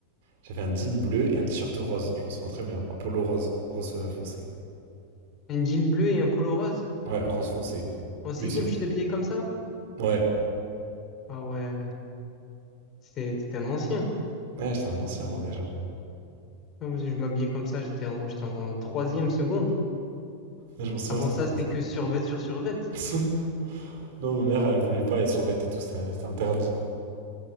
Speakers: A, on the right (about 50°); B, on the left (about 30°).
A: J'avais un jean bleu et un t-shirt rose, je m'en souviens très bien. Un polo rose, rose euh, foncé.
B: Un jean bleu et un polo rose.
A: Ouais, rose foncé.
B: En sixième,
A: Mais c'est...
B: tu t'habillais comme ça?
A: Ouais.
B: Ah ouais, c'était t'étais un ancien.
A: Ouais, j'étais un ancien moi déjà.
B: Ah ouais, Je m'habillais comme ça, j'étais en, j'étais en troisième seconde.
A: Ouais, je m'en souviens,
B: Avant
A: c'était
B: ça,
A: rose.
B: c'était que survêt sur survêt.
A: <laughs> Non, ma mère, elle voulait pas les survêtements et tout, c'était c'était interdit.